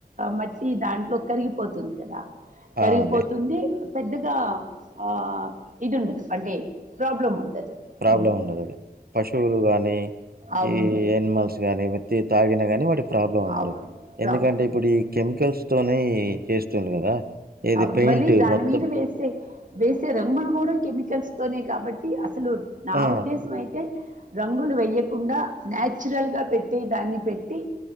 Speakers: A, on the right; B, on the right.
A: మట్టి దాంట్లో కరిగిపోతుంది కదా కరిగిపోతుంది
B: ఆ! అదే
A: పెద్దగా ఆ ఇది ఉండదు అంటే ప్రాబ్లం ఉండదు
B: ప్రాబ్లం
A: ఉమ్,
B: ఉండదు అది పశువులు గాని
A: అవును.
B: ఈ యానిమల్స్ గానీ విది తాగిన కానీ వాటికి ప్రాబ్లం ఉండదు
A: అవును. ప్రాబ్లమ్.
B: ఎందుకంటే ఇప్పుడు ఈ కెమికల్స్ తోనే చేస్తుండు కదా ఏది
A: అవును
B: పెయింట్
A: మళ్ళీ దాని
B: మొత్తం
A: మీద వేసే వేసే రంగులు కూడ కెమికల్స్ తోనే కాబట్టి అసలు నా
B: ఆ
A: ఉద్దేశం అయి రంగులు వేయకుండ న్యాచురల్గా పెట్టే దాన్ని పెట్టి